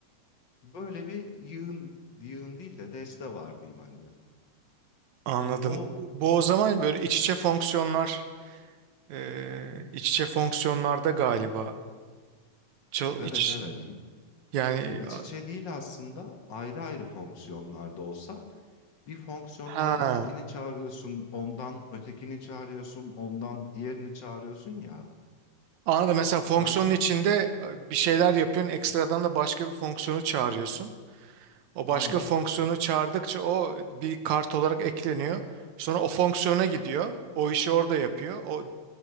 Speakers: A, on the left; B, on the right.
A: Böyle bir yığın, yığın değil de deste var diyeyim hani.
B: Anladım.
A: O
B: Bu o zaman böyle iç içe fonksiyonlar, e, iç içe fonksiyonlarda galiba. Çal-
A: evet
B: iç,
A: evet
B: yani
A: ya iç
B: a-
A: içe değil aslında ayrı ayrı fonksiyonlarda olsa bir fonksiyondan
B: ha.
A: ötekini çağırıyorsun, ondan ötekini çağırıyorsun, ondan diğerini çağırıyorsun ya.
B: Anladım. Mesela fonksiyonun
A: Ben şimdi
B: içinde e, bir şeyler yapıyorsun, ekstradan da başka bir fonksiyonu çağırıyorsun. O başka
A: aynen
B: fonksiyonu çağırdıkça o bir kart olarak ekleniyor. Sonra o fonksiyona gidiyor. O işi orada yapıyor. O